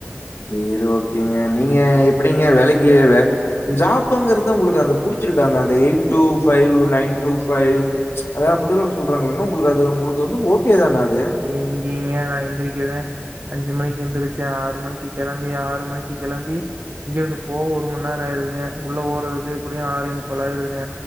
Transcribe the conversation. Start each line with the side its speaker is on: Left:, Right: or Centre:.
Left: சரி ஓகேங்க நீங்க எப்புடிங்க வேலைக்கு வே ஜாப்புங்கறது உங்களுக்கு புடிச்சிருக்காங்க அந்த eight two five nine two five அத அப்புடில்லா சொல்றாங்கங்கலங்க உங்களுக்கு அது உங்களுக்கு வந்து ஓகே தானா அத்
Right: எங்கேங்க நா இந்த வீக்குலதா அஞ்சு மணிக்கு எந்துருச்சு ஆறு மணிக்கி கிளம்பி ஆறு மணிக்கி கிளம்பி இங்க இருந்து போக ஒரு மண் நேரோ ஆயிருதுங்க உள்ள போறதுக்கு எப்புடியும் ஆரேமுக்காள் ஆயிருதுங்க